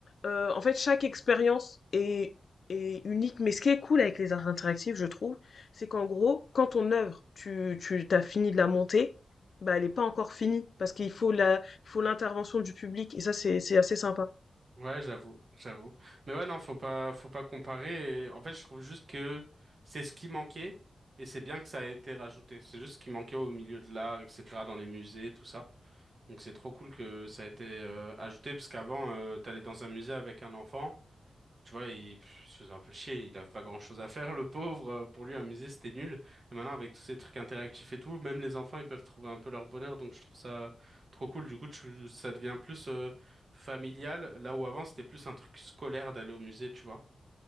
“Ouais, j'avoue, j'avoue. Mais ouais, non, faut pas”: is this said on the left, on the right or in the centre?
Right